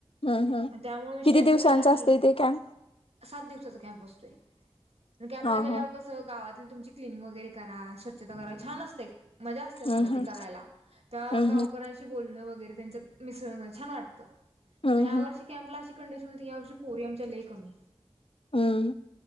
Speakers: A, on the left; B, on the right.
A: हम्म हम्म
B: त्यामुळे विषय
A: किती
B: असा
A: दिवसांचा
B: झाला, की,
A: असते ते कॅम्प
B: सात दिवसाचा कॅम्प असतोय. कॅम्पला
A: हा
B: गेल्यावर
A: हा
B: कसं गावात. तुमची क्लिनिक वैगरे करा, स्वचछ करा छान असत, एक मजा असते सोडत.
A: हम्म हम्म
B: करायला‌ त्या
A: हम्म
B: गावकऱांशी बोलण वगैरे त्यांच्या मिसळण छान वाटतं.
A: हम्म
B: ह्या
A: हम्म
B: वर्षी कॅम्प्ला कंडिशन हो या वर्षी पोरि आमच्या लई कमी.
A: हम्म.